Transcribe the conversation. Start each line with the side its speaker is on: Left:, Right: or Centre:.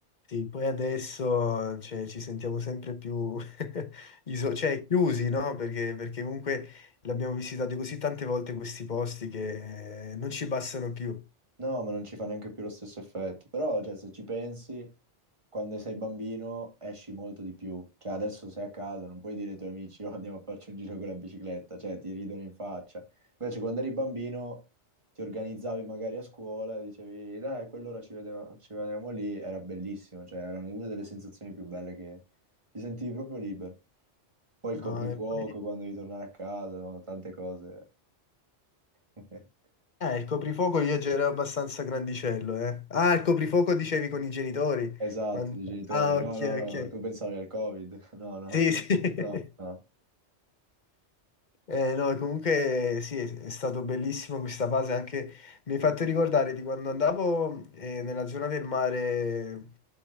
Left: Sì, poi adesso cioè, ci sentiamo sempre più <laughs> iso- cioè, chiusi, no? Perché, perché comunque l'abbiamo visitato così tante volte questi posti che eh, non ci bastano più.
Right: No, ma non ci fa neanche più lo stesso effetto. Però, cioè, se ci pensi, quando sei bambino esci molto di più. Cioè, adesso sei a casa, non puoi dire ai tuoi amici, <laughs> oh, andiamo a farci un giro con la bicicletta. Cioè, ti ridono in faccia. Invece, quando eri bambino, ti organizzavi magari a scuola, dicevi, dai, a quell'ora ci vedeva- ci vedevamo lì. Era bellissimo. Cioè, era una delle sensazioni più belle che ti sentivi proprio libero. Poi il
Left: No,
Right: coprifuoco,
Left: e poi-
Right: quando devi tornare a casa, no, tante cose. <laughs>
Left: Ah, il coprifuoco io già ero abbastanza grandicello, eh. Ah, il coprifuoco dicevi con i genitori.
Right: Esatto,
Left: Quando-
Right: dei genitori.
Left: Ah,
Right: No,
Left: ok,
Right: no,
Left: ok.
Right: no, tu pensavi al Covid. <laughs> No, no,
Left: Sì, sì.
Right: no,
Left: <laughs>
Right: no.
Left: Eh, no, comunque sì, è è stato bellissimo questa fase, anche mi hai fatto ricordare di quando andavo eh, nella zona del mare,